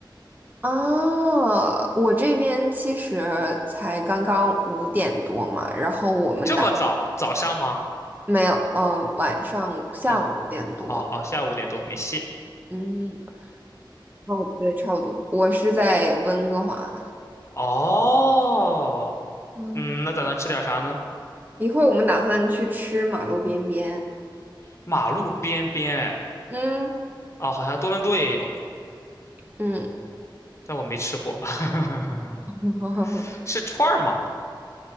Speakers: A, on the right; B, on the left.
A: 哦，我这边其实才刚刚五点多嘛，然后我们打，
B: 这么早？早上吗？
A: 没有，呃，晚上下午五点多。
B: 哦，哦哦，下午五点多没戏。
A: 嗯，哦，对，差不多。我是在温哥华。
B: 哦，
A: 嗯，
B: 嗯，那打算吃点啥呢？
A: 一会儿我们打算去吃马路边边。
B: 马路边边，哎，
A: 嗯
B: 哦，好像多伦多也有，
A: 嗯，
B: 但我没吃过。<laughs>
A: <laughs>
B: 是串儿吗？